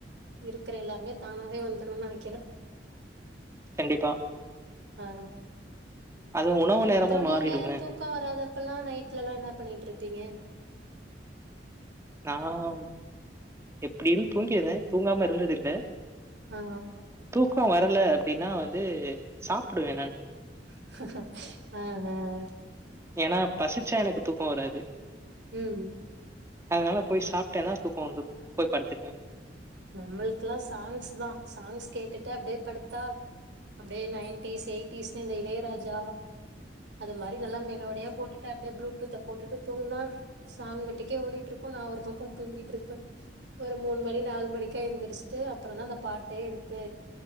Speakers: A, on the right (about 80°); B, on the right (about 15°).
A: இருக்கற எல்லாமே தானாவே வந்துரும்னு நனைக்கிற
B: கண்டிப்பா
A: ஆ
B: அது உணவு நேரமும்
A: அப்றோ நீங்க
B: மாறிடுங்க.
A: தூக்கோ வராதப்பலா நைட்லலா என்ன பண்ணிட்ருப்பீங்க <inaudible>
B: நாம் இப் இப்டின் தூங்கிர்த தூங்காம இருந்தது இல்ல
A: ஆ
B: தூக்கோ வரல அப்டினா வந்து சாப்டுவ நானு
A: அ அ அ
B: ஏனா பசிச்சா எனக்கு தூக்கோ வராது
A: ம்
B: அதனால போய் சாப்டனா தூக்கோ வந்துரும் போய் படுத்துக்குவேன்.
A: நம்ளுக்லா சாங்ஸ் தா சாங்ஸ் கேட்டு ட அப்டே படுத்தா அப்டே நைன்டீஸ் எய்டீஸ் ந்த இந்த இளையராஜா அது மாரி நல்லா மெலோடியா போட்டுட்ட அப்டியே ப்ளூடூத்த போட்டுட்டு தூங்குனா சாங் மட்டுக்கே ஓடிட்டு இருக்கு நா ஒரு பக்க தூங்கிட்ருப்பே ஒரு மூணு மணி நாலு மணிக்கா எழுந்திரிச்சுட்டு அப்றந்தா அந்த பாட்டே எடுத்து